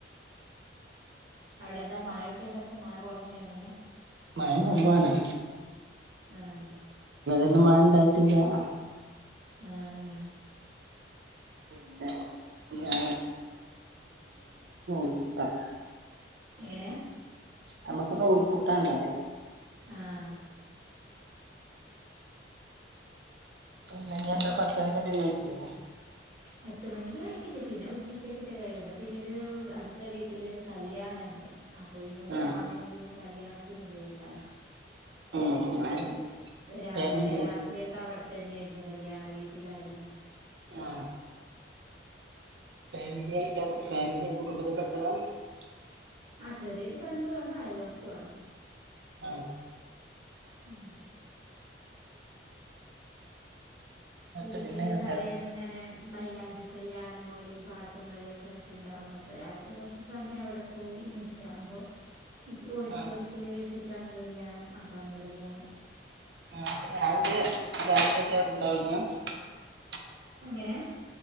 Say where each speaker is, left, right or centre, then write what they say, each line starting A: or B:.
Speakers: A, on the right; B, on the right.
A: അവിടെ എന്താ മഴയക്കെണ്ടപ്പൊ മഴ കൊറഞ്ഞോ എങ്ങനെയ
B: മഴ കുറവാണ്
A: ആഹ്
B: ന്നും മണ്ടായിട്ടില്ല
A: ആഹ്
B: പിന്നെ ഞാ <unintelligible>
A: എങ്ങനെയാ
B: നമ്മുക്ക്നൂൽ പു <unintelligible>
A: ആഹ്
B: പിന്നിഞ്ഞിന്താ പത്ത് <unintelligible>
A: പത്ത് മണി ആയിക്കഴിഞ്ഞ പിന്നെ ഉച്ച <unintelligible> പിന്നൊരു അടുത്ത വീട്ടിലൊരു കല്യാണണ്ട് അപ്പൊ പിന്നെ ഉച്ച
B: ആഹ്
A: ആവുമ്പോ പിന്നെ കല്യാണ ത്തിന് പോകും ണ്ണാൻ
B: <inaudible>
A: ത്ത്
B: ഫാമിലി
A: ഇന്നലെ രാത്രി ഒക്കെ അവിടെ തന്നെയായിരുന്നു കല്യാണ വീട്ടിൽ ആയിരുന്നു
B: ആ <inaudible>
A: ആ ചെറിയൊരു ബന്ധുവാണ് അയല്‍വക്കവാണ്
B: ആ
A: ഉം
B: എന്നിട്ട്
A: വീട്ടിലെ
B: പിന്നെ കല്യാണം
A: തലേന്ന് അങ്ങനെ മൈലാഞ്ചി ഞ്ചി കല്യാണം പോലെ പാട്ടും കളിയൊക്കെയായിട്ട് ഉണ്ടാറുന്നു അപ്പോ രാത്രി കുറച്ച് സമയം അവിടെ പോയി ഇനി ഉച്ചആവുമ്പോ ഓഡിറ്റോറിയത്തിൽ
B: ആഹ്
A: വച്ച് ട്ടാണ് കല്യാണം അപ്പോഅങ്ങോട് പോണം
B: <unintelligible>
A: എങ്ങനെ